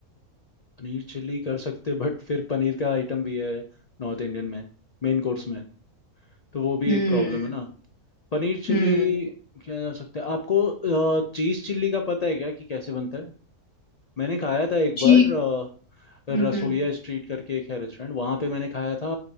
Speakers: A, on the left (about 75°); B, on the left (about 60°).
A: पनीर चिल्ली कर सकते बट फिर पनीर का आइटम भी है नॉर्थ इंडियन में मेन कोर्स में तो वो भी
B: हम्म
A: एक प्रॉब्लम है ना पनीर चिल्ली
B: हम्म
A: क्या जा सकता है आपको चीज चिल्ली का पता है क्या कि कैसे बनता है मैंने खाया था एक
B: जी
A: बार अ, रसोइया
B: हम्म हम्म
A: स्ट्रीट करके एक है रेस्टोरेंट वहां पे मैंने खाया था